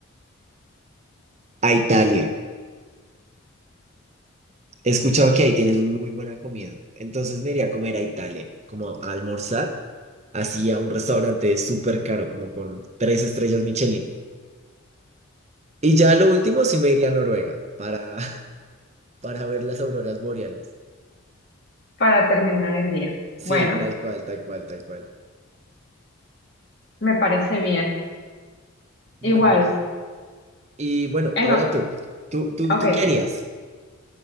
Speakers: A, on the right; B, on the left.
A: A Italia. He escuchado que ahí tienen muy buena comida. Entonces me iría a comer a Italia, como a almorzar, así a un restaurante súper caro, como con tres estrellas Michelin. Y ya lo último sí me iría a Noruega para, <laughs> para ver las auroras boreales.
B: para terminar el día?
A: Sí,
B: Bueno,
A: tal cual, tal cual, tal cual.
B: me parece bien.
A: Me
B: Igual,
A: gusta. Y bueno,
B: en,
A: ahora
B: o-
A: tú. ¿Tú, tú,
B: ok.
A: tú qué harías?